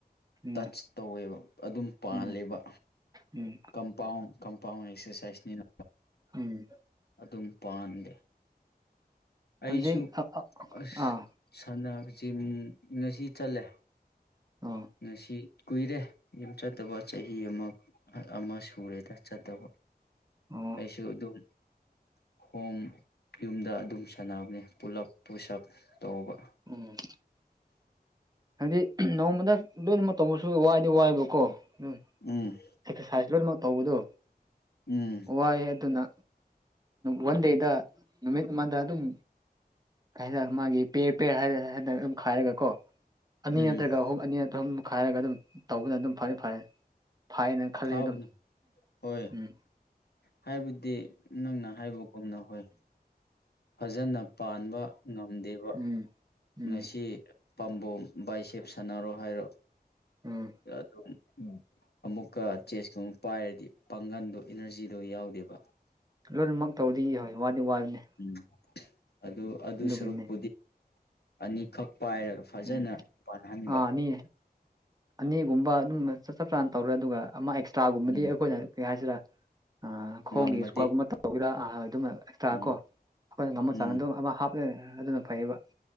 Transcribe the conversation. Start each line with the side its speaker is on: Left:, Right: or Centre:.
Right: ꯎꯝ
Left: ꯇꯆ ꯇꯧꯋꯦꯕ ꯑꯗꯨꯝ ꯄꯥꯜꯂꯦꯕ
Right: ꯎꯝ ꯎꯝ
Left: ꯀꯝꯄꯥꯎꯟ ꯀꯝꯄꯥꯎꯟ ꯑꯦꯛꯁꯔꯁꯥꯏꯁꯅꯤꯅ
Right: ꯎꯝ
Left: ꯑꯗꯨꯝ ꯄꯥꯟꯗꯦ ꯑꯩꯁꯨ
Right: ꯍꯧꯖꯤꯛ ꯑꯥ
Left: ꯑꯁ
Right: ꯑꯥ
Left: ꯁꯥꯟꯁꯤꯝ ꯉꯁꯤ ꯆꯠꯂꯦ
Right: ꯑꯥ
Left: ꯉꯁꯤ ꯀꯨꯏꯔꯦ ꯌꯨꯝ ꯆꯠꯇꯕ ꯆꯍꯤ ꯑꯃ ꯑꯃ ꯁꯨꯔꯦꯗ ꯆꯠꯇꯕ
Right: ꯎꯝ
Left: ꯑꯩꯁꯨ ꯑꯗꯨꯝ ꯍꯣꯝ ꯌꯨꯝꯗ ꯑꯗꯨꯝ ꯁꯥꯟꯅꯕꯅꯦ ꯄꯨꯂꯞ ꯄꯨꯁꯞ ꯇꯧꯕ
Right: ꯎꯝ ꯍꯥꯏꯗꯤ ꯅꯣꯡꯃꯗ ꯂꯣꯏꯅꯃꯛ ꯇꯧꯕꯁꯨ ꯋꯥꯏꯗꯤ ꯋꯥꯏꯕꯀꯣ ꯎꯝ
Left: ꯎꯝ
Right: ꯑꯦꯛꯁꯔꯁꯥꯏꯖ ꯂꯣꯏꯅꯃꯛ ꯇꯧꯕꯗꯣ
Left: ꯎꯝ
Right: ꯋꯥꯏꯑꯦ ꯑꯗꯨꯅ ꯋꯥꯟ ꯗꯦꯗ ꯅꯨꯃꯤꯠ ꯑꯃꯗ ꯑꯗꯨꯝ ꯍꯟꯗꯛ ꯃꯥꯒꯤ ꯄꯦꯔ ꯄꯦꯔ ꯍꯥꯏꯗ ꯍꯟꯗꯛ ꯑꯗꯨꯝ ꯈꯥꯏꯔꯒ ꯀꯣ ꯑꯅꯤ
Left: ꯎꯝ
Right: ꯅꯠꯇ꯭ꯔꯒ ꯑꯍꯨꯝ ꯑꯅꯤ ꯑꯗꯨꯍꯨꯝ ꯈꯥꯏꯔꯒ ꯑꯗꯨꯝ ꯇꯧꯕꯅ ꯑꯗꯨꯝ ꯐꯔ ꯐꯔ ꯐꯥꯏꯅ ꯈꯜꯂꯤ
Left: ꯐꯥꯕꯅꯤ
Right: ꯑꯗꯨꯝ
Left: ꯍꯣꯏ
Right: ꯎꯝ
Left: ꯍꯥꯏꯕꯗꯤ ꯅꯪꯅ ꯍꯥꯏꯕꯒꯨꯝꯅ ꯍꯣꯏ ꯐꯖꯅ ꯄꯥꯟꯕ ꯉꯝꯗꯦꯕ
Right: ꯎꯝ ꯎꯝ
Left: ꯉꯁꯤ ꯄꯥꯝꯕꯣꯝ ꯕꯥꯏꯁꯦꯞ ꯁꯥꯟꯅꯔꯣ ꯍꯥꯏꯔꯣ
Right: ꯎꯝ
Left: ꯑꯗꯨꯝ ꯎ ꯑꯃꯨꯛꯀ ꯆꯦꯁꯀꯨꯝꯕ ꯄꯥꯏꯔꯗꯤ ꯄꯥꯡꯒꯟꯗꯣ ꯏꯅꯔꯖꯤꯗꯣ ꯌꯥꯎꯗꯦꯕ
Right: ꯂꯣꯏꯅꯃꯛ ꯇꯧꯗꯤ ꯌꯥꯍꯣꯏ ꯋꯥꯅꯤ ꯋꯥꯕꯅꯦ
Left: ꯎꯝ ꯑꯗꯨ ꯑꯗꯨ
Right: ꯑꯗꯨꯒꯤꯅꯦ
Left: ꯁꯔꯨꯛꯄꯨꯗꯤ ꯑꯅꯤꯈꯛ ꯄꯥꯏꯔꯒ ꯐꯖꯅ
Right: ꯎꯝ
Left: ꯄꯥꯟꯅꯍꯟꯕ
Right: ꯑꯥ ꯑꯅꯤ ꯑꯅꯤꯒꯨꯝꯕ ꯑꯗꯨꯝ ꯆꯞ ꯆꯞ ꯆꯥꯅ ꯇꯧꯔꯦ ꯑꯗꯨꯒ ꯑꯃ ꯑꯦꯛꯁꯇ꯭ꯔꯥꯒꯨꯝꯕꯗꯤ
Left: ꯎꯝ
Right: ꯑꯩꯈꯣꯏꯅ ꯀꯩ ꯍꯥꯏꯁꯤꯔꯥ ꯑ ꯈꯣꯡꯒꯤ
Left: ꯉꯝꯃꯗꯤ
Right: ꯁꯀꯒꯨꯝꯕ ꯇꯧꯒꯦꯔꯥ ꯑꯗꯨꯝ ꯑꯦꯛꯁꯇ꯭ꯔꯥ
Left: ꯎꯝ
Right: ꯀꯣ ꯑꯩꯈꯣꯏꯅ ꯉꯝꯝꯕꯜ
Left: ꯎꯝ
Right: ꯆꯥꯡ ꯑꯗꯨ ꯑꯃ ꯍꯥꯞꯂꯦ ꯑꯗꯨꯅ ꯐꯩꯌꯦꯕ